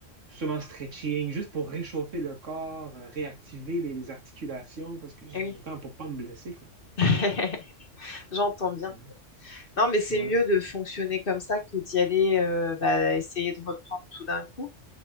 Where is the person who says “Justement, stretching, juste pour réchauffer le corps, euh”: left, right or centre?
Right